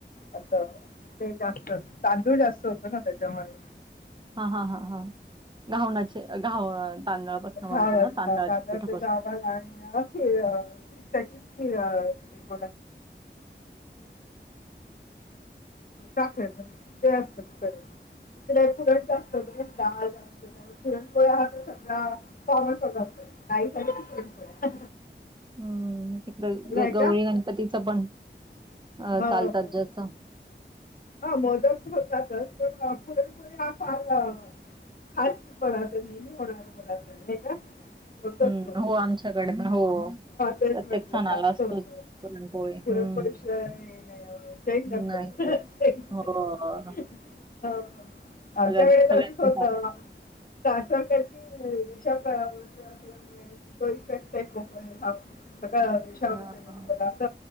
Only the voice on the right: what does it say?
हा हा हा हा घावणाचे घाव तांदळापासून बनतो
ना तांदळाच्या
पिठापासून.
हम्म तिकड
ग गौरी
गणपतीचं पण अ
चालतात
जस
हम्म
हो आमच्याकडे पण हो.
प्रत्येक
सणाला
असतोच
पुरणपोळी. हम्म
नाही तो-
हो.
सगळ्यात
सगळ्यांची
हां